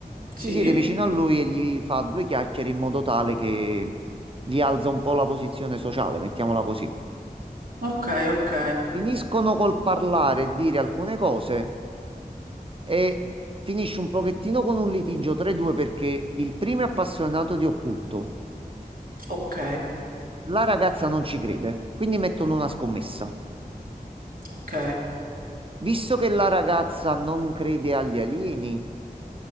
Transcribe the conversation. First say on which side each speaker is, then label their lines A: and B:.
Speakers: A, on the right; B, on the right.
A: si
B: Sì.
A: siede vicino a lui e gli fa due chiacchiere in modo tale che gli alza un po' la posizione sociale, mettiamola così
B: Ok, ok.
A: finiscono col parlare e dire alcune cose e finisce un pochettino con un litigio tra i due perché il primo è appassionato di occulto.
B: Ok.
A: La ragazza non ci crede, quindi mettono una scommessa.
B: Ok.
A: Visto che la ragazza non crede agli alieni,